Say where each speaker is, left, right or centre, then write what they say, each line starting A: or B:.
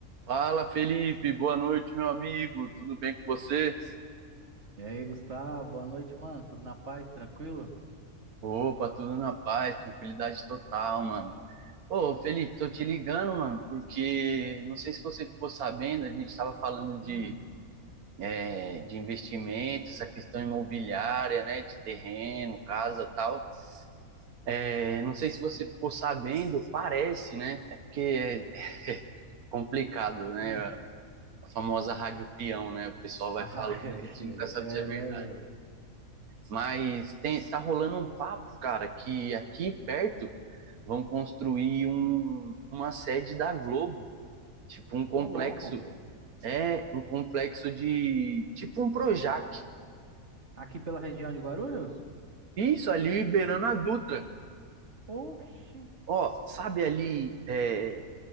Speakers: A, on the right; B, on the right.
A: Fala, Felipe, boa noite, meu amigo. Tudo bem com você?
B: E aí, Gustavo, boa noite, mano. Tudo na paz, tranquilo?
A: Opa, tudo na paz, tranquilidade total, mano. Ô, Felipe, tô te ligando, mano, porque não sei se você ficou sabendo, a gente estava falando
B: Hum,
A: de, é, de investimento, essa questão imobiliária, né, de terreno, casa, tal. É, não sei se você ficou sabendo, parece, né? É porque é é complicado, né?
B: hum.
A: A famosa rádio peão, né? O pessoal vai
B: Ah,
A: falando,
B: <laughs>
A: a gente
B: é, é,
A: nunca sabe se é
B: é,
A: verdade.
B: né, mano?
A: Mas tem, tá rolando um papo, cara, que aqui perto vão construir um, uma sede da Globo, tipo um complexo,
B: Ô, louco.
A: é um complexo de tipo um Projac.
B: Aqui pela região de Guarulhos?
A: Isso ali beirando a Dutra.
B: Oxi.
A: Ó, sabe ali, é,